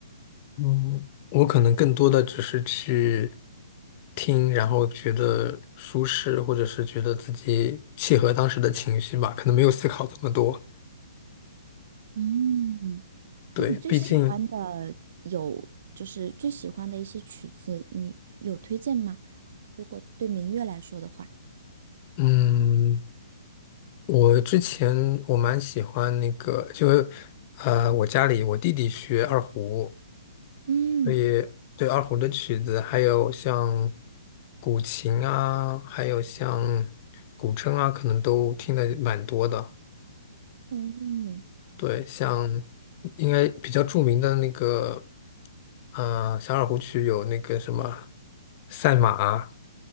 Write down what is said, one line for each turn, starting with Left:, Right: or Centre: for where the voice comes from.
Left: 嗯，我可能更多的只是去听，然后觉得舒适，或者是觉得自己契合当时的情绪吧，可能没有思考这么多。
Right: 嗯，
Left: 对，
Right: 那你最喜欢的有就是最喜欢的一些曲子，
Left: 毕竟，
Right: 你有推荐吗？如果对民乐来说的话，
Left: 嗯。我之前我蛮喜欢那个，就呃，我家里我弟弟学二胡，
Right: 嗯
Left: 所以对二胡的曲子，还有像古琴啊，还有像古筝啊，可能都听的蛮多的。
Right: 嗯
Left: 对，像应该比较著名的那个，呃，小二胡曲有那个什么赛马，